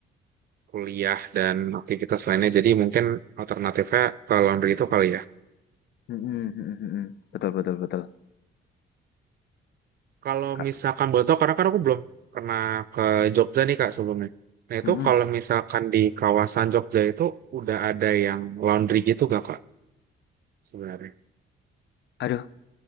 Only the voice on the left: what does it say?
Mhm mhm mhm, betul betul betul,
Kak
mhm,
aduh